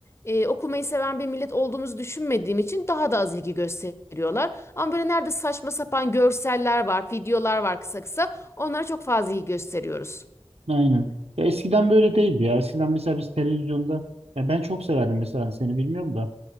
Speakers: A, on the left (about 25°); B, on the right (about 70°).
A: e, okumayı seven bir millet olduğumuzu düşünmediğim için daha da az ilgi gösteriyorlar. Ama böyle nerede saçma sapan görseller var, videolar var kısa kısa onlara çok fazla ilgi gösteriyoruz.
B: Aynen. Ya eskiden böyle değildi ya. Eskiden mesela biz televizyonda ya ben çok severdim mesela hani seni bilmiyorum da